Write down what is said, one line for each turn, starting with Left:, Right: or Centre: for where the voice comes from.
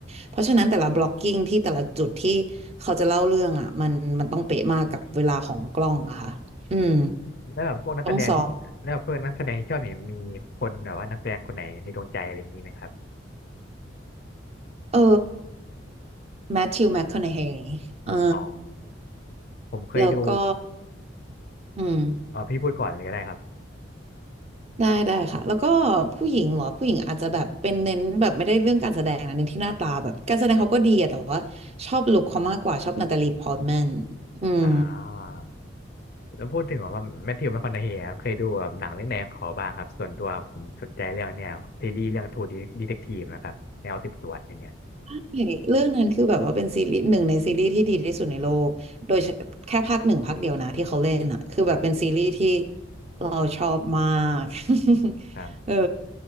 Right: เพราะฉะนั้นแต่ละ blocking ที่แต่ละจุดที่เขาจะเล่าเรื่องอ่ะมันมันต้องเป๊ะมากกับเวลาของกล้องอะค่ะอืม
Left: แล้วแบบพวกนักแสดงที่แล้วเพวกนนักแสดงที่ชอบเนี่ยมีคนแบบว่านักแสดงคนไหนในดวงใจอะไรอย่างนี้ไหมครับ
Right: ต้องซ้อมเออแมทธิวแมคคอนเฮย์เออ
Left: อ๋อ
Right: <laughs>
Left: ผมเคยดู
Right: แล้วก็อืม
Left: อ๋อพี่พูดก่อนเลยก็ได้ครับ
Right: ได้ได้ค่ะแล้วก็ผู้หญิงเหรอผู้หญิงอาจจะแบบเป็นเน้นแบบไม่ได้เรื่องการแสดงนะเน้นที่หน้าตาแบบการแสดงเขาก็ดีอะแต่ว่าชอบลุคเขามากกว่าชอบนาตาลีพอร์ตแมนอืม
Left: อ่า แล้วพูดถึงแบบว่าแมทธิวแมคคอนเฮย์เคยดูแบบหนังเรื่องไหนของเขาบ้างครับส่วนตัวผมสนใจเรื่องเนี่ยซีรีส์เรื่องทูดีดีเทคทีฟนะครับแนวสืบสวนอะไรเงี้ย
Right: ใช่เรื่องนั้นคือแบบว่าเป็นซีรีส์หนึ่งในซีรีส์ที่ดีที่สุดในโลก โดยเฉแค่ภาคหนึ่งภาคเดียวนะที่เขาเล่นอ่ะคือแบบเป็นซีรีส์ที่
Left: ครับ
Right: เราชอบมาก <laughs>
Left: ครับ
Right: เออ